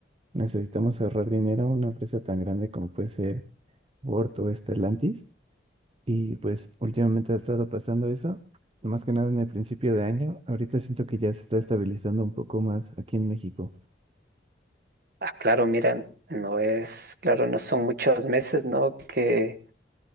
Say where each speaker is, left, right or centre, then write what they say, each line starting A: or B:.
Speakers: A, on the right; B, on the right.
A: necesitamos ahorrar dinero a una empresa tan grande como puede ser Bort o Stellantis. Y pues últimamente ha estado pasando eso, más que nada en el principio de año. Ahorita siento que ya se está estabilizando un poco más aquí en México.
B: Ah, claro, mira, no es, claro, no son muchos meses, ¿no? Que